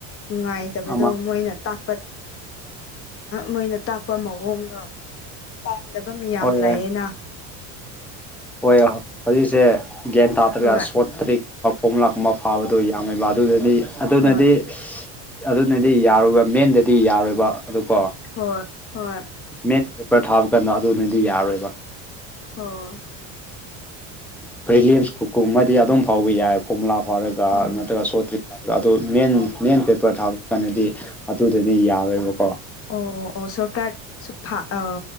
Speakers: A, on the left; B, in the centre.
A: ꯅꯨꯡꯉꯥꯏ ꯇꯕꯗꯣ
B: ꯑꯃ
A: ꯃꯣꯏꯅ ꯇꯥꯛ ꯃꯣꯏꯅ ꯇꯥꯛꯄ ꯃꯑꯣꯡꯗꯣ ꯄꯥꯝꯗꯕ ꯃꯤꯌꯥꯝ
B: ꯍꯣꯏ
A: ꯂꯩꯥꯌꯦꯅ
B: ꯍꯣꯏ ꯍꯧꯖꯤꯛꯁꯦ ꯒ꯭ꯌꯥꯟ ꯇꯥꯗ꯭ꯔꯒ
A: ꯍꯣꯏ
B: ꯁꯣꯠꯇꯔꯤꯛ ꯀꯣꯝ ꯂꯥꯛ ꯑꯃ ꯐꯥꯕꯗꯣ ꯌꯥꯝꯃꯦꯕ ꯑꯗꯨꯗꯅꯤ ꯑꯗꯨꯅꯗꯤ
A: ꯍꯣꯏ
B: ꯏꯁꯁ ꯑꯗꯨꯅꯗꯤ ꯌꯥꯔꯣꯏꯕ ꯃꯦꯟꯗꯗꯤ ꯌꯥꯔꯣꯏꯕ ꯑꯗꯨ ꯀꯣ
A: ꯍꯣꯏ ꯍꯣꯏ
B: ꯃꯦꯟ ꯄꯦꯄꯔ ꯊꯥꯕ ꯀꯥꯟꯗ ꯑꯗꯨꯅꯗꯤ ꯌꯥꯔꯣꯏꯕ
A: ꯑꯣ
B: ꯄꯔ‌ꯦꯂꯤꯝꯁ ꯀꯨꯀꯨꯝꯕꯗꯤ ꯑꯗꯨꯝ ꯐꯥꯎꯕ ꯌꯥꯏ ꯀꯣꯃꯨꯂꯥ ꯐꯥꯎꯔꯒ
A: ꯑꯣ
B: ꯅꯠꯇ꯭ꯔꯒ ꯁꯣꯇ꯭ꯔꯤꯛ ꯑꯗꯨ ꯃꯦꯟ ꯃꯦꯟ ꯄꯦꯄꯔ ꯊꯥꯕ ꯀꯥꯟꯗꯗꯤ ꯑꯗꯨꯗꯗꯤ ꯌꯥꯔꯣꯏꯕꯀꯣ
A: ꯑꯣ ꯑꯣ ꯑꯣ ꯁꯔꯀꯔꯥꯞ ꯁꯨꯞꯄ ꯑꯣ